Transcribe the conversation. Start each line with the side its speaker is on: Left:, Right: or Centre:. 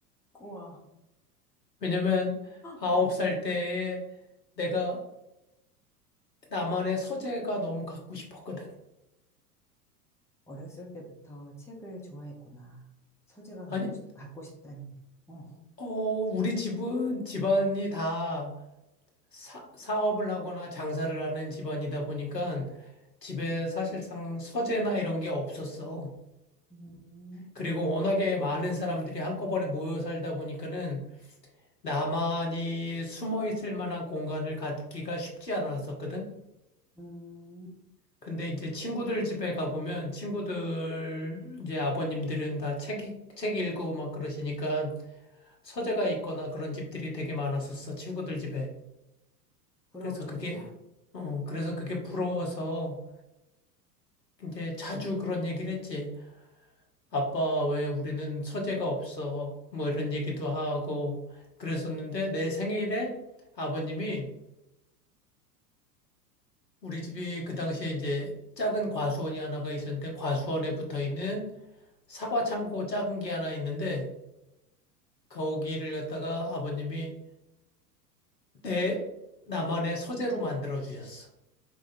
Centre: 우와.
Left: 왜냐면 아홉
Centre: 어,
Left: 살 때에 내가 나만의 서재가 너무 갖고 싶었거든.
Centre: 어렸을 때부터 책을 좋아했구나. 서재가
Left: 아니,
Centre: 가고 싶, 갖고 싶다니. 어.
Left: 어, 우리 집은 집안이 다 사, 사업을 하거나 장사를 하는 집안이다 보니까 집에 사실상 서재나 이런 게 없었어.
Centre: 음.
Left: 그리고 워낙에 많은 사람들이 한꺼번에 모여 살다 보니까는 나만이 숨어 있을 만한 공간을 갖기가 쉽지 않았었거든.
Centre: 음,
Left: 근데 이제 친구들 집에 가보면 친구들 이제 아버님들은 다 책, 책 읽고 막 그러시니까 서재가 있거나 그런 집들이 되게 많았었어, 친구들 집에.
Centre: 부럽겠다.
Left: 그래서 그게, 어, 그래서 그게 부러워서 이제 자주 그런 얘기를 했지. 아빠, 왜 우리는 서재가 없어? 뭐 이런 얘기도 하고 그랬었는데 내 생일에 아버님이 우리 집이 그 당시에 이제 작은 과수원이 하나가 있었는데 과수원에 붙어 있는 사과 창고 작은 게 하나 있는데 거기를 갖다가 아버님이 내 나만의 서재로 만들어 주셨어.